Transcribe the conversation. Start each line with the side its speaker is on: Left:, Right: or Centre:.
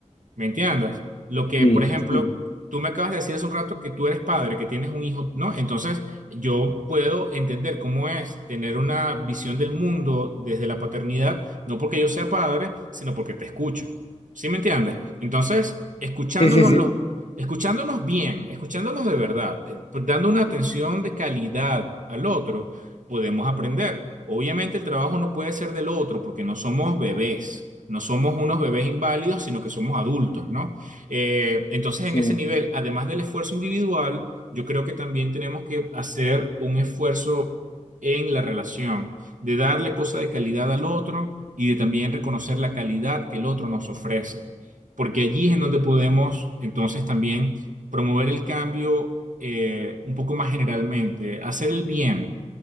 Right: ¿Me entiendes? Lo que,
Left: Sí,
Right: por ejemplo,
Left: sí,
Right: tú me acabas de decir hace un rato que tú eres padre, que tienes un hijo, ¿no? Entonces, yo puedo entender cómo es tener una visión del mundo desde la paternidad, no porque yo sea padre, sino porque te escucho. ¿Sí me entiendes? Entonces, escuchándonos
Left: sí, sí, sí,
Right: los- escuchándonos bien, escuchándonos de verdad, eh, pues, dando una atención de calidad al otro podemos aprender. Obviamente el trabajo no puede ser del otro porque no somos bebés, no somos unos bebés inválidos, sino que somos adultos, ¿no? Eh, entonces
Left: sí,
Right: en ese nivel, además del esfuerzo individual, yo creo que también tenemos que hacer un esfuerzo en la relación, de darle cosa de calidad al otro y de también reconocer la calidad que el otro nos ofrece, porque allí es en donde podemos entonces también promover el cambio eh, un poco más generalmente, hacer el bien